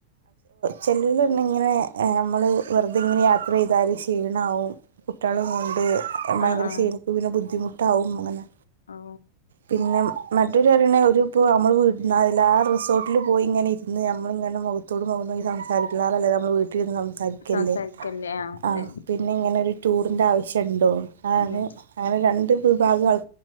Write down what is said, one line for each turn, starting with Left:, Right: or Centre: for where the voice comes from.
Right: ചെല്ല ഇങ്ങനെ നമ്മള് വെറുതെ ഇങ്ങനെ യാത്ര ചെയ്താല് ക്ഷീണമാവും കുട്ടികളും കൊണ്ട് ഭയങ്കര
Left: ആ ആ
Right: ക്ഷീണിക്കും പിന്നെ ബുദ്ധിമുട്ടാവും അങ്ങനെ
Left: ഓ
Right: പിന്നെ മറ്റൊരു കടണ ഒരു ഇപ്പോൾ നമ്മൾ വീട് ഇലാ ആ റിസോർട്ടിൽ പോയി ഇങ്ങന ഇന്ന് ഞമ്മളിങ്ങനെ മു മുഖതൊടുമുഖംന്നോക്കി സംസാരിക്കാറ നല്ലത് നമ്മൾ വീട്ടിൽരുന്ന് സംസാരിക്കല്ലേ
Left: സംസാരിക്കല്ലേ ആ അതെ
Right: ആഹ് പിന്നെ ഇങ്ങനെ ഒരു ടൂറിൻന്റെ ആവശ്യംണ്ടോ അതാണ്
Left: അതെ
Right: അങ്ങനെ രണ്ട് വിഭാഗആള്